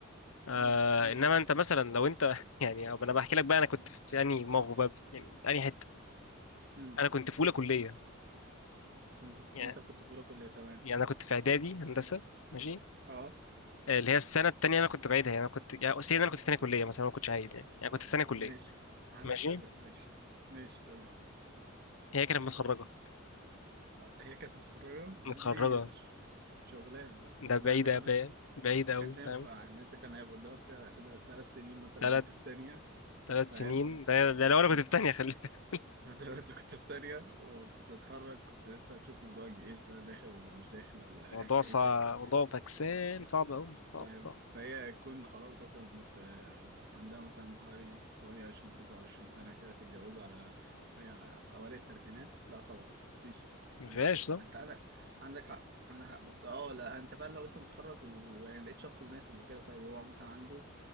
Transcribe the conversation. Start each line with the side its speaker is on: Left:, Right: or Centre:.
Left: آه
Right: مم. انا بش
Left: انما انت مثلا لو انت <laughs> يعني أو انا بحكي لك بقى انا كنت في انهي موقف بقى يعني انهي حته
Right: مم.
Left: انا كنت في اولى كليه
Right: كنت في...
Left: يعني
Right: انت كنت في اولى كلية تمام
Left: يعني انا كنت في اعدادي هندسه ماشي
Right: اه
Left: آه، اللي هي السنه التانية انا كنت بعيدها يعني انا كنت يعني سيدي انا كنت في ثانيه كليه مثلا ما كنتش عايد يعني يعني كنت في ثانيه كليه
Right: ماشي هنعتبر
Left: ماشي
Right: ماشي ماشي تمام
Left: هي كانت متخرجه
Right: هي كانت متخرجة
Left: متخرجه
Right: <laughs> دي مش شغلانة لا
Left: ده
Right: لا
Left: بعيده
Right: ده كمان
Left: بقى-
Right: ش...
Left: بعيده قوي
Right: كانش ينفع
Left: فاهم
Right: ان انت كان هيبقى قدامك فيها كده ثلاث سنين مثلا
Left: ثلاث
Right: لو انت في تانية
Left: ثلاث سنين
Right: فاهم و...
Left: ده, ده لو انا
Right: و...
Left: كنت في ثانيه خلي بالك.
Right: <laughs> ده لو انت كنت في تانية وكنت هتخرج كنت لسه هتشوف موضوع الجيش ده داخل ولا مش داخل ولا
Left: <laughs> موضوع
Right: ايه حكايتك
Left: صعب موضوع فكسان صعب قوي صعب
Right: ف-
Left: صعب
Right: فهي تكون خلاص اصلا في عندها مثلا حوالي 28 29 سنه كده تتجوزوا على وهي اوائل الثلاثينات لا طبعا مفيش
Left: ما
Right: مش
Left: فيهاش
Right: انت
Left: صح
Right: عندك عندك حق عندك حق بس اه لا انت فعلا لو انت متخرج و- يعني لقيت شخص مناسب وكده طيب هو مثلا عنده